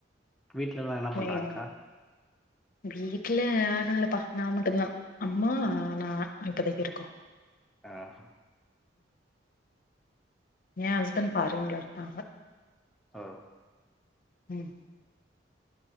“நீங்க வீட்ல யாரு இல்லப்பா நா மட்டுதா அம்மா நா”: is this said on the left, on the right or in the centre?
Left